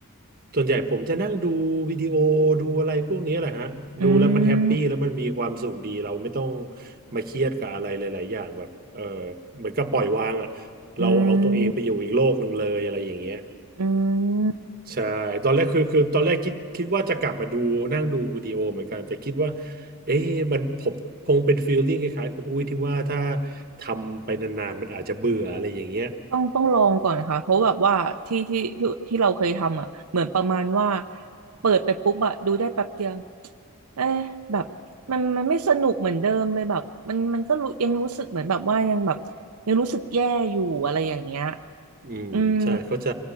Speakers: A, on the right (about 40°); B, on the right (about 85°).
A: ส่วนใหญ่ผมจะนั่งดูวิดีโอดูอะไรพวกนี้แหละฮะดูแล้วมันแฮปปี้แล้วมันมีความสุขดีเราไม่ต้อง
B: อืม
A: มาเครียดกับอะไรหลายๆอย่างแบบเออเหมือนกับปล่อยวางอ่ะเราเอาตัวเองไปอยู่อีกโลกหนึ่งเลยอะไรอย่างเงี้ย
B: อืมอืม
A: ใช่ตอนแรกคือคือตอนแรกคิดคิดว่าจะกลับมาดูนั่งดูวิดีโอเหมือนกันแต่คิดว่าเอ๊ะมันผมคงเป็นฟีลลิ่งคล้ายๆคุณอุ้ยที่ว่าถ้าทำไปนานๆมันอาจจะเบื่ออะไรอย่างเงี้ย
B: ต้องต้องลองก่อนนะคะเพราะแบบว่าที่ที่ที่ที่เราเคยทำอะเหมือนประมาณว่าเปิดไปปุ๊บอะดูได้แป๊บเดียวเอ๊ะแบบมันมันไม่สนุกเหมือนเดิมเลยแบบมันมันก็รู้ยังรู้สึกเหมือนแบบว่ายังแบบยังรู้สึกแย่อยู่อะไรอย่างเงี้ย
A: อืมใช่เข้าใจ
B: อืม